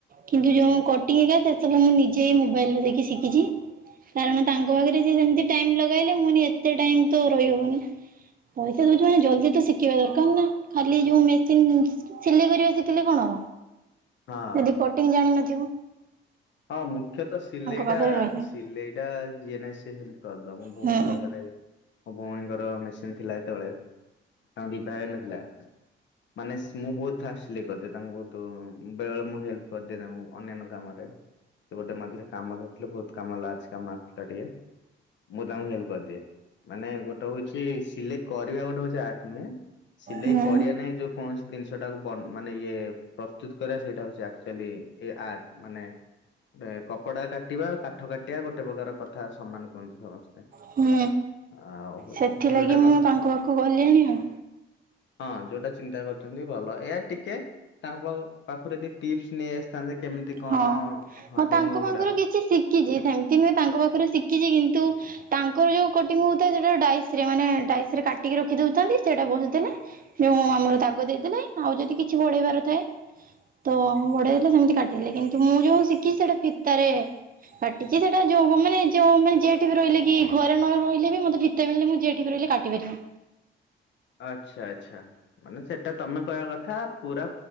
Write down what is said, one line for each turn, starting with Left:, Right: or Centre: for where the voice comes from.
Right: କିନ୍ତୁ ଯୋଉଁ ମୁଁ କଟିଂ ହରିକା ସେ ସବୁ ମୁଁ ନିଜେ ମୋବାଇଲରୁ ଦେଖି ଶିଖିଛି। କାରଣ ତାଙ୍କ ପାଖରେ ଯେ ଯେମିତି ଟାଇମ୍ ଲଗେଇ ସେ କହିଲେ ଏତେ ଟାଇମ ତ ରହିହବନି ପଇସା ଦଉଛି ମାନେ ଜଲଦି ତ ଶିଖିବା ଦରକାର ନାଁ। ଖାଲି ଯୋଉଁ ମେସିନ ସିଲେଇ କରିବା ଶିଖିଲେ କଣ ହବ
Left: ହଁ।
Right: ଯଦି ଟିଚିଂ ଜାଣିିନଥିବ।
Left: ହଁ ମୁଖ୍ୟତଃ ସିଲେଇ
Right: ପାଖରେ
Left: ଟା
Right: ରହିଲିନି।
Left: ସିଲେଇଟା ଜିଏ ନାଇଁ ସିଏ ବି କରିଦବ ମୋ
Right: ହୁଁ
Left: ଭଉଣି ପାଖରେ। ମୋ ଭଉଣୀଙ୍କର ମେସିନ୍ ଥିଲା ଯେତେବେଳେ ତାଙ୍କ ବିିଭା ହେଇନଥିଲା। ମାନେ ସଁ ମୁଁ ବହୁ ଫାଷ୍ଟ ସିଲେଇ କରିଦିଏ। ତାଙ୍କୁ ବହୁତ ବେଳେବେଳେ ମୁଁ ହେଲ୍ପ କରିଦିଏ ତାଙ୍କୁ ଅନ୍ୟାନ୍ୟ କାମ ରେ। ସେ ଗୋଟେ ମଝିରେ କାମ ଧରିଥିଲେ ବହୁତ କାମ ଲାଷ୍ଟ କାମ ଆସିଥିଲା ଟିକେ ମୁଁ ତାଙ୍କୁ ହେଲ୍ପ କରିଦିଏ। ମାନେ ଗୋଟେ ହଉଛି ସିଲେକ୍ଟ କରିବା ଗୋଟେ ହଉଛି ଆର୍ଟ ନୁହେଁ। ସିଲେଇ
Right: ହୁଁ
Left: କରିବା ନାଇଁ ଯୋଉଁ କୌଣସି ଜିନିଷଟାକୁ ବନ ମାନେ ଇଏ ପ୍ରସ୍ତୁତ କରିବା ସେଇଟା ହଉଛି ଆଚ୍ୟୁୟେଲି ଏ ଆର୍ଟ ମାନେ କପଡା କାଟିବା କାଠ କାଟିବା ଗୋଟେ ପ୍ରକାର କଥା ସମାନ କୁହନ୍ତି ସମସ୍ତେ।
Right: ହୁଁ
Left: ଆଉ ହଉଛି
Right: ସେଥିଲାଗି
Left: ଯୋଉଟା ତ
Right: ମୁଁ ତାଙ୍କ ପାଖକୁ ଗଲିଣି ଆଉ
Left: ହଁ ଯୋଉଟା ଚିନ୍ତା କରୁଛନ୍ତି ଭଲ ଏୟା ଟିକେ ତାଙ୍କ ପାଖ ପାଖରୁ ଯଦି ଟିପସ ନେଇ ଆସ ଥାନ୍ତେ କେମିତି କଣ
Right: ହଁ ହଁ
Left: ଡେମୋ
Right: ତାଙ୍କ ପାଖରୁ
Left: ଗୁରା
Right: କିଛି ଶିଖିଚି ସେମିତି ନୁହେଁ ତାଙ୍କ ପାଖରୁ ଶିଖିଚି କିନ୍ତୁ ତାଙ୍କର ଯୋଉ କଟିଂ ହଉଥାଏ ସେଟା ଡାଇସରେ ମାନେ ଡାଇସରେ କାଟିକି ରଖି ଦଉଥାନ୍ତି ସେଇଟା ବସି ଦେଲେ ଯେଉ ଆମର ଦାଗ ଦେଇଦେଲେ ଆଉ ଯଦି କିଛି ବଢେଇବାର ଥାଏ ତ ବଢେଇ ଦେଲେ ସେମିତି କାଟି କିନ୍ତୁ ମୁଁ ଯୋଉ ଶିଖି ସେଟା ଫିତାରେ କାଟିଚି ସେଇଟା ଯୋଉ ମାନେ ଯୋଉ ମାନେ ଯେଇଠି ରହିଲେ କି ଘରେ ନ ରହିଲେ ବି ମତେ <unintelligible> ମୁଁ ଯିଏଠି ବି ରହିଲେ କାଟିପାରିବି।
Left: ଆଚ୍ଛା ଆଚ୍ଛା। ମାନେ ସେଟା ତମେ କହିବା କଥା ପୁରା